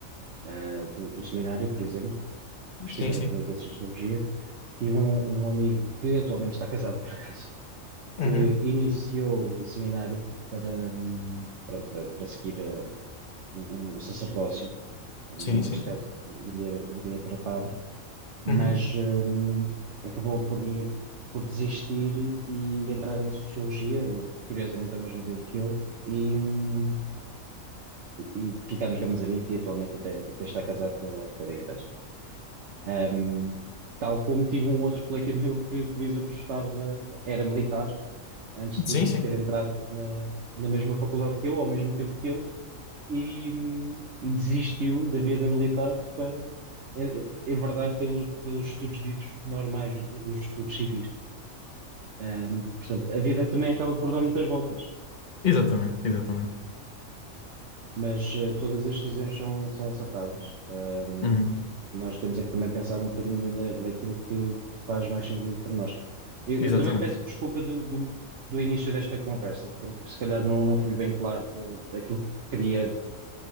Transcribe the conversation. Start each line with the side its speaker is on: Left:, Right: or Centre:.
Right: ah, do, do seminário, por exemplo. Estiveram
Left: Sim, sim.
Right: comigo em Sociologia. Tive um, um amigo que atualmente está casado, <laughs> por acaso,
Left: Uhum.
Right: que iniciou o seminário para, hum, pronto, para, para seguir ah, o, o sacerdócio. Neste
Left: Sim, sim.
Right: caso, iria, iria para padre mas
Left: Uhum.
Right: hum, acabou por, por desistir e entrar em sociologia, curiosamente ao mesmo tempo que eu, e, hum, e ficámos grandes amigos e atualmente até, até está casado pela, pela igreja. Hum, tal como tive um outro colega <laughs> meu que, por exemplo, estava, era militar antes de,
Left: Sim,
Right: de
Left: sim.
Right: ter entrado na, na mesma faculdade que eu, ao mesmo tempo que eu, e, e desistiu da vida militar para en- enverdar pelo, pelos estudos ditos normais, os estudos civis. Ahm, portanto, a vida também acaba por dar muitas voltas,
Left: Exatamente, exatamente.
Right: mas eh, todas as decisões são, são acertadas. Ahm,
Left: Uhum.
Right: nós temos é que também pensar um bocadinho na, naquilo que faz mais sentido para nós. Eu,
Left: Exatamente.
Right: eu também peço desculpa do, do, do início desta conversa, porque se calhar não, não fui bem claro da daquilo que queria